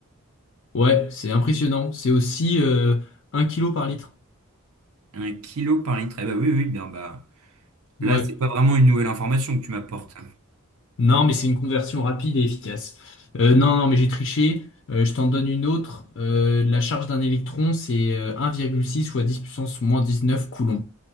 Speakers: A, on the left; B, on the right.
A: Ouais, c'est impressionnant. C'est aussi euh, 1 kilo par litre.
B: Un kilo par litre. Eh bah oui, oui, bien bah. Là,
A: Ouais.
B: c'est pas vraiment une nouvelle information que tu m'apportes.
A: Non, mais c'est une conversion rapide et efficace. Euh, non, non, mais j'ai triché. Euh, je t'en donne une autre. Euh, la charge d'un électron, c'est euh, un virgule six fois 10 puissance moins 19 coulombs.